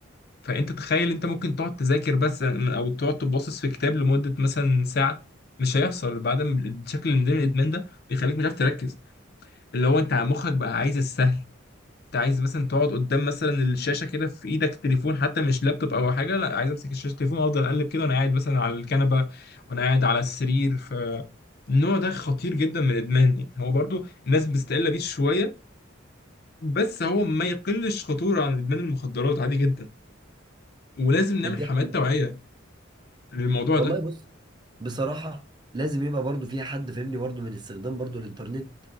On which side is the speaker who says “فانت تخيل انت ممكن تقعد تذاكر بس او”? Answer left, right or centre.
Left